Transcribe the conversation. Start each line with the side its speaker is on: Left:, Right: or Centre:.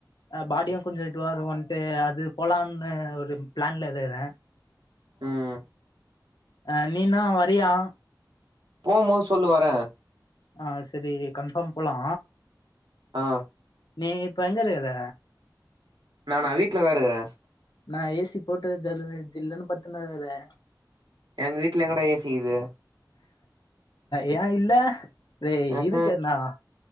Left: ஆ பாடியு கொஞ்சோ இதுவா இருக்குன்ட்டு அது போலான்னு ஒரு பிளான்ல இருக்குறே
Right: ம்
Left: அ நீனூ வரையா
Right: போம்போது சொல்லு வரே
Left: ஆ செரி கன்ஃபாம் போலா
Right: ஆ
Left: நீ இப்ப எங்க இருக்குற
Right: நானா வீட்லதா இருக்கற
Left: நா ஏசி போட்டு ஜல்லுனு ஜில்லுனு பட்த்துனுக்கறே
Right: எங்க வீட்ல எங்கடா ஏசிக்கிது
Left: ஏ இல்ல ரே
Right: ம்ஹூ
Left: இருக்கு என்னா